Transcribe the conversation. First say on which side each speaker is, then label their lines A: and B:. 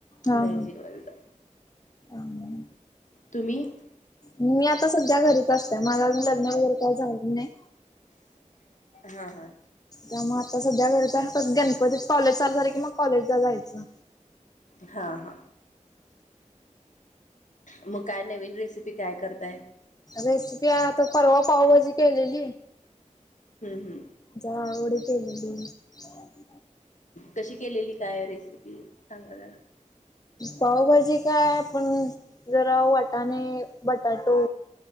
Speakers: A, on the left (about 75°); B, on the left (about 30°).
A: नाही
B: हा हा
A: जीवा जा
B: हा
A: तुम्ही <unintelligible>
B: मी आता सध्या घरीच असतंय माझं अजून लग्न वगैरे काय झालेल नाही.
A: हा हा
B: मग आता सध्या घरीच असते गणपतीत कॉलेज चालू झाले की मग कॉलेजला जायचं.
A: हा हा मग काय नवीन रेसिपी काय करताय?
B: रेसिपी आ आता परवा पावभाजी केलेली.
A: हम्म हम्म
B: जावडी केलेली <unintelligible>
A: कशी केलेली काय रेसिपी सांगा जरा?
B: पावभाजी काय आपण जरा वटाणे बटाटो